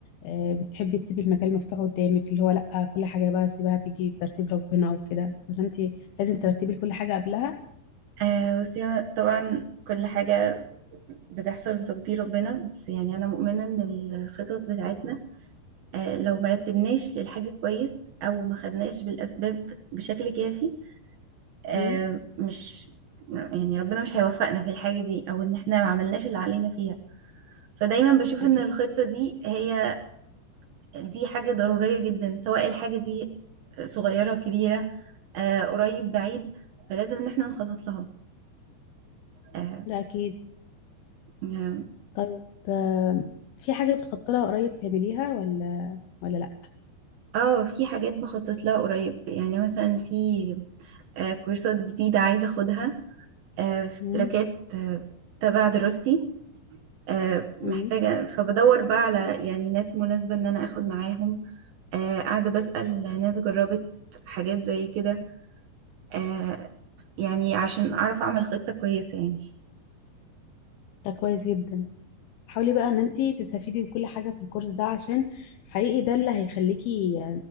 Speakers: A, on the left (about 70°); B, on the right (about 65°).
A: آه، بتحبي تسيبي المجال مفتوح قدامك اللي هو لا كل حاجة بقى سيبها تيجي بترتيب ربنا وكده ولا انت لازم ترتبي كل حاجة قبلها
B: آه بصي أنا طبعا كل حاجة بتحصل بتقدير ربنا بس يعني أنا مؤمنة إن الخطط بتاعتنا آه لو مرتبناش للحاجة كويس أو ما خدناش بالأسباب بشكل كافي آه،
A: مم،
B: مش يعني ربنا مش هيوفقنا في الحاجة دي او ان احنا ما عملناش اللي علينا فيها فدايما بشوف
A: اكيد
B: ان الخطة دي هي دي حاجة ضرورية جدا سواء الحاجة دي صغيرة كبيرة آه، قريب بعيد فلازم ان احنا نخطط لها اه
A: ده اكيد
B: يعني-
A: طيب آم، في حاجة بتخططي لها قريب تعمليها ولا ولا
B: آه، في حاجات بخطط لها قريب يعني مثلا في آه، كورسات جديدة عايزة اخدها آه، في
A: لا
B: تراكات آه، تبع دراستي آه، محتاجة
A: امم
B: فبدور بقى على يعني ناس مناسبة ان انا اخد معاهم آه، قاعدة بسأل ناس جربت حاجات زي كده آه، يعني عشان أعرف أعمل خطة كويسة يعني
A: ده كويس جدا حاولي بقى ان انتي تستفيدي بكل حاجه في الكورس ده عشان حقيقي ده اللي هيخليكي